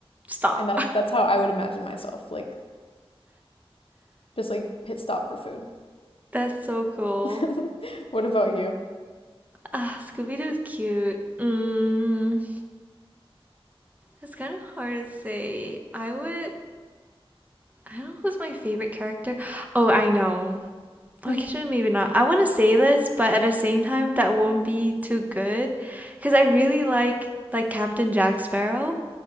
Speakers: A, on the right (about 15°); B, on the left (about 65°).
A: Stop.
B: And that that's how I would imagine myself, like just like pit stop for food.
A: <laughs> That's so cool.
B: <laughs> What about you?
A: Ah, Scooby-Doo's cute. Mm. It's kind of hard to say. I would. I don't know who's my favorite character. Oh, I know.
B: <laughs>
A: Okay, maybe not. I want to say this, but at the same time, that won't be too good, because I really like like Captain Jack Sparrow.